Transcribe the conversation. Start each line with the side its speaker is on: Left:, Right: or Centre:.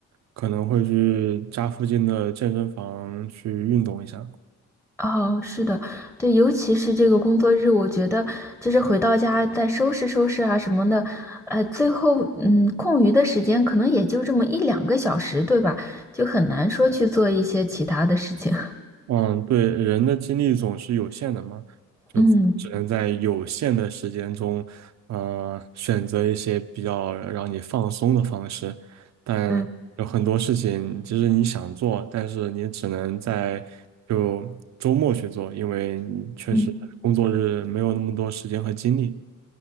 Right: 可能会去家附近的健身房去运动一下。
Centre: 哦，是的，对，尤其是这个工作日，我觉得就是回到家再收拾收拾啊什么的，呃，最后嗯，空余的时间可能也就这么一两个小时，对吧？就很难说去做一些其他的事情。<laughs>
Right: 嗯，对，人的精力总是有限的嘛，就只能在有限的时间中，
Centre: 嗯，
Right: 呃，选择一些比较让你放松的方式。但有很多事情，
Centre: 对，
Right: 其实你想做，但是你只能在就周末去做，因为你确实工作日没有那么多时间和精力。
Centre: 嗯